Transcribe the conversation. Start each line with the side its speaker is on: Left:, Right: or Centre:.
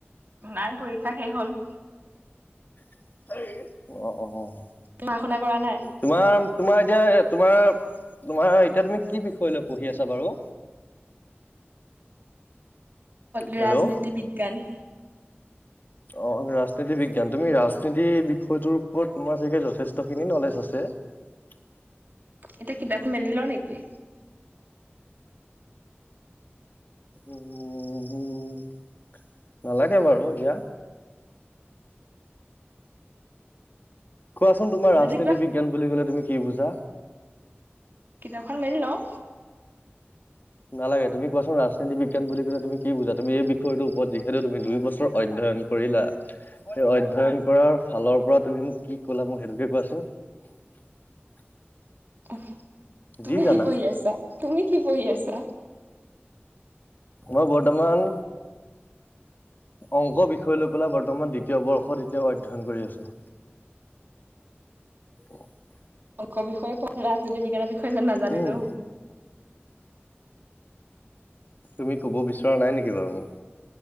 Right: নাই পৰীক্ষা শেষ হ'ল।
Left: <unintelligible> অ অ।
Right: ঢ়া শুনা কৰা নাই।
Left: তোমাৰ তোমাৰ এতিয়া তোমাৰ তোমাৰ এতিয়া তুমি কি বিষয় লৈ পঢ়ি আছা বাৰু
Right: ৰাজনীতি
Left: হেল্ল'
Right: বিজ্ঞান।
Left: অ ৰাজনীতি বিজ্ঞান তুমি ৰাজনীতি বিষয়টোৰ ওপৰত তোমাৰ চাগে যথেষ্টখিনি নলেজ আছে। <unintelligible>
Right: এতিয়া কিতাপ মেলি লও নেকি
Left: <unintelligible> নালাগে বাৰু দিয়া। কোৱাচোন তোমাৰ ৰাজনীতি
Right: যদি কিবা
Left: বিজ্ঞান বুলি কলে তুমি কি বুজা।
Right: কিতাপখন মেলি লও
Left: নালাগে তুমি কোৱাচোন ৰাজনীতি বিজ্ঞান বুলি ক'লে তুমি কি বুজা তুমি এই বিষয়টো ওৰত যিহেতু তুমি দুই বছৰ অধ্যয়ন অধ্যয়ন কৰিলা সেই অধ্যয়ন কৰাৰ ফালৰ পৰা তুমি মোক কি কলা মোক সেইটোকে কোৱাচোন <unintelligible>
Right: <unintelligible> তুমি
Left: যি জানা
Right: কি পঢ়ি আছা, তুমি কি পঢ়ি আছা।
Left: মই বৰ্তমান অংক বিষয় লৈ পেলাই বৰ্তমান দ্বিতীয় বৰ্ষত এতিয়া অধ্যয়ন কৰি আছো। <unintelligible>
Right: অঙ্ক বিষয়ে ৰাজনীতি বিজ্ঞানৰ বিষয়ে যে নাজানিলো
Left: উম,
Right: হ'ব।
Left: তুমি কব বিচৰা নাই নেকি বাৰু মোক।